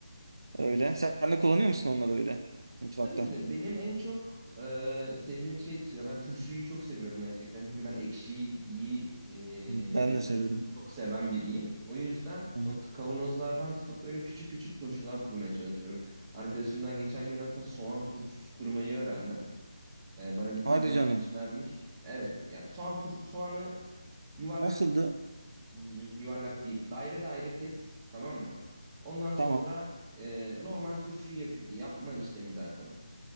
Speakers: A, on the right; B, on the right.
A: Öyle. Sen de kullanıyor musun onları öyle mutfakta?
B: Tabii ki de benim en çok e, sevdiğim şey ya ben turşuyu çok seviyorum gerçekten. Çünkü ben ekşiyi iyi,
A: Ben
B: e, ve
A: de
B: tuzluyu
A: severim.
B: çok seven biriyim. O yüzden
A: Hı hı.
B: o t- kavanozlardan tutup böyle küçük küçük turşular kurmaya çalışıyorum. Arkadaşımdan geçen gün hatta soğan turşusu kurmayı öğrendim. E, bana bir tane
A: Hadi
B: de yapmış
A: canım.
B: vermiş. Evet yani soğan tur soğanı yuvarlak
A: Nasıldı?
B: hmm, yuvarlak değil daire daire kes tamam mı? Ondan sonra
A: Tamam.
B: e, normal turşuyu yap yapma işlemi zaten.